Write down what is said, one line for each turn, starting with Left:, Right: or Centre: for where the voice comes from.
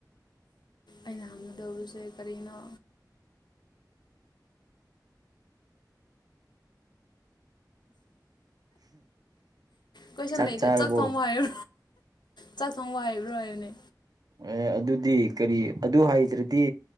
Left: ꯑꯩꯅ ꯍꯪꯒꯗꯧꯔꯤꯁꯦ ꯀꯔꯤꯅꯣ ꯀꯦꯁꯟ
Right: ꯆꯥꯛ
Left: ꯂꯩꯗꯦ
Right: ꯆꯥꯔꯕꯣ
Left: ꯆ ꯊꯥꯎꯃ ꯍꯥꯏꯌ ꯆꯥꯛ ꯊꯣꯡ ꯍꯩꯕ꯭ꯔꯣ ꯍꯥꯏꯕꯅꯦ
Right: ꯑꯦ ꯑꯗꯨꯗꯤ ꯀꯔꯤ ꯑꯗꯨ ꯍꯥꯏꯗ꯭ꯔꯗꯤ